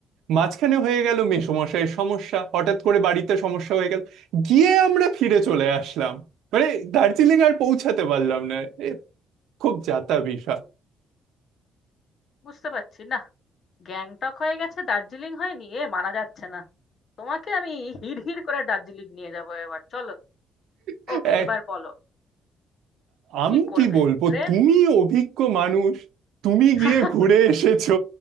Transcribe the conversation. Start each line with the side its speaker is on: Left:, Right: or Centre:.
Right: মাঝখানে হয়ে গেল মেসোমশাইয়ের সমস্যা হঠাৎ করে বাড়িতে সমস্যা হয়ে গেল গিয়ে আমরা ফিরে চলে আসলাম মানে দার্জিলিং আর পৌঁছাতে পারলাম না এ, খুব যাতা বিষয়
Left: হা বুঝতে পারছি না গ্যাংটক হয়ে গেছে দার্জিলিং হয়নি এ মানা যাচ্ছে না তোমাকে আমি হিড়হিড় করে দার্জিলিং নিয়ে যাবো এবার চলো
Right: এক-
Left: ওকে এবার বলো
Right: আমি
Left: কি করবে
Right: কি বলবো
Left: ট্রেন
Right: তুমি অভিজ্ঞ মানুষ তুমি
Left: <laughs>
Right: গিয়ে ঘুরে এসেছো